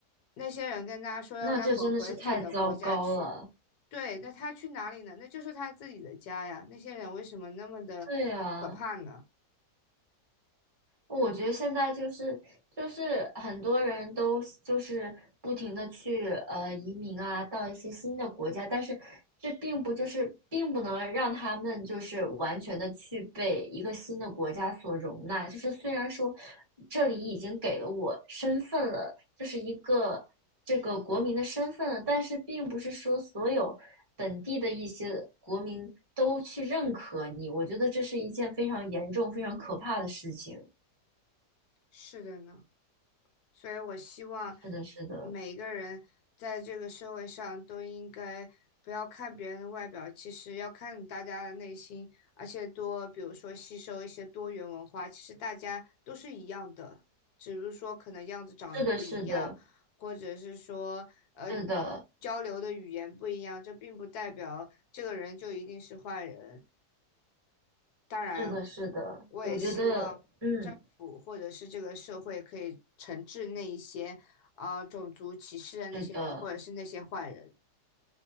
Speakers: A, on the left; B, on the right.
A: 那些人跟他说要他滚回自己的国家去，
B: 那这真的是太糟糕了。
A: 对，那他去哪里呢？那就是他自己的家呀。那些人为什么那么的可怕呢？
B: 对呀、我觉得现在就是就是很多人都就是不停的去呃移民啊，到一些新的国家，但是这并不就是并不能让他们就是完全的去被一个新的国家所容纳。就是虽然说这里已经给了我身份了，就是一个这个国民的身份了，但是并不是说所有本地的一些国民都去认可你。我觉得这是一件非常严重、非常可怕的事情。
A: 是的呢。所以我希望
B: 是的，是的，
A: 每一个人在这个社会上都应该不要看别人的外表，其实要看大家的内心，而且多，比如说吸收一些多元文化，其实大家都是一样的，只是说可能样子长得不一样，
B: 是的，是的，
A: 或者是说呃
B: 是的，
A: 交流的语言不一样，这并不代表这个人就一定是坏人。当然，
B: 是的，是的，
A: 我也希望政府或者是这个社会可以惩治那一些啊、
B: 我觉得，嗯，
A: 呃种族歧视的那些人，
B: 是的。
A: 或者是那些坏人。